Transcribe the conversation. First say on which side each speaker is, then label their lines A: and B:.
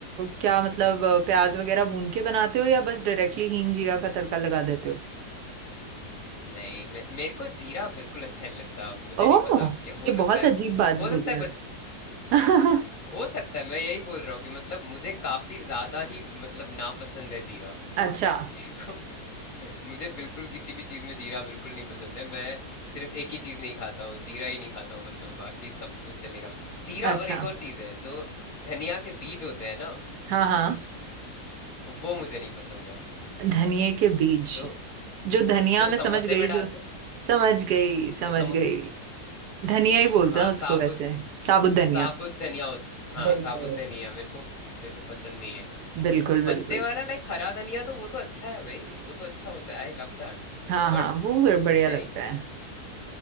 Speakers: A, on the right; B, on the left.
A: क्या मतलब अ, प्याज वगैरह भून के बनाते हो या बस डायरेक्टली हींग जीरा का तड़का लगा देते हो
B: नहीं मे, मेरे को जीरा बिल्कुल अच्छा नहीं लगता मुझे
A: ओह
B: नहीं पता क्या हो
A: ये बहुत
B: सकता है
A: अजीब बात
B: हो सकता
A: बोली
B: है
A: आप
B: बच
A: <laughs>
B: हो सकता है मैं यही बोल रहा हूँ कि मतलब मुझे काफी ज्यादा ही मतलब नापसंद है जीरा <laughs>
A: अच्छा
B: मेरे को मुझे बिल्कुल किसी भी चीज में जीरा बिल्कुल नहीं पसंद है मैं सिर्फ एक ही चीज नहीं खाता हूँ जीरा ही नहीं खाता हूँ बस मैं बाकी सब कुछ चलेगा जीरा
A: अच्छा
B: और एक और चीज है जो धनिया के बीज होते हैं ना
A: हाँ हाँ
B: वो मुझे नहीं पसंद है
A: धनिए के बीज
B: जो
A: जो धनिया
B: जो
A: में
B: समोसे
A: समझ गई
B: में डालते
A: जो
B: हैं
A: समझ गई समझ
B: जो समोसे
A: गई धनिया ही बोलते
B: हाँ
A: हैं उसको
B: साबुत
A: वैसे साबुत धनिया
B: साबुत धनिया होती है, हाँ
A: बिल्कुल
B: साबुत धनिया मेरे को मेरे को पसंद नहीं है
A: बिल्कुल बिल्कुल
B: पत्ते वाला लाइक हरा धनिया तो वो तो अच्छा है भाई वो तो अच्छा होता है आई लव दैट
A: हाँ हाँ
B: बट
A: वो ब- बढ़िया लगता
B: नहीं
A: है